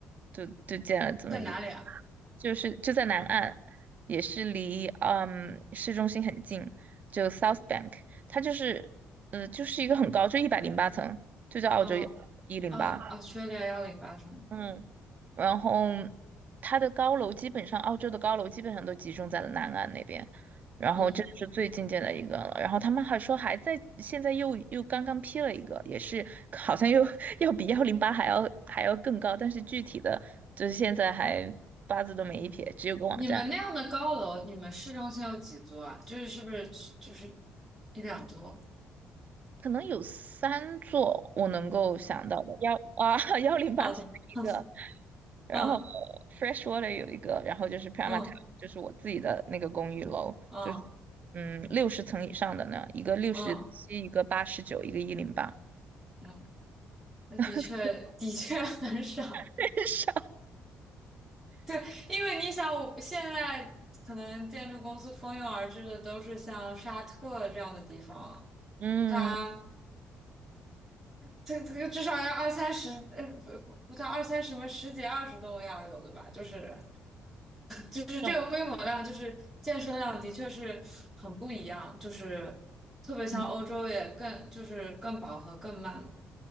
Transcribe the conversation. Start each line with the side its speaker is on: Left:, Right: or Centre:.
Right: 就就建了这么一个，
Centre: 在哪里啊？
Right: 就是就在南岸，也是离嗯市中心很近，就 South Bank，它就是呃就是一个很高，就一百零八层，就叫澳洲幺
Centre: 嗯，
Right: 零八
Centre: 哦，Australia 幺零八是吗？
Right: 1然后它的高楼基本上，澳洲的高楼基本上都集中在了南岸那边，然后这是最近见的一个了。
Centre: 嗯，
Right: 然后他们还说还在，现在又又刚刚批了一个，也是好像又 <laughs> 要比幺零八还要还要更高，但是具体的就是现在还八字都没一撇，只有个网站，
Centre: 你们那样的高楼，你们市中心有几座啊？就是是不是就是一两座？
Right: 可能有三座我能够想到的，幺啊 <laughs> 幺零八是一个，
Centre: 好的，好的
Right: 然后
Centre: 嗯
Right: Freshwater 有一个，然后就是 p r
Centre: 嗯
Right: a m a Tower，就是我自己的那个公寓楼，
Centre: 嗯
Right: 就是嗯六十层以上的呢，一个六十七，
Centre: 嗯
Right: 一个八十九，一个一零八，
Centre: 嗯，那的确的确很少。
Right: <laughs> 很少。
Centre: 对，因为你想，我现在可能建筑公司蜂拥而至的都是像沙特这样的地方，
Right: 嗯，
Centre: 它这这个至少要二三十，呃，不不到二三十嘛十几二十栋要有的吧，就是。就是这个规模量，
Right: 那
Centre: 就是健身量，的确是很不一样。就是特别像欧洲也更就是更饱和更慢了。
Right: 嗯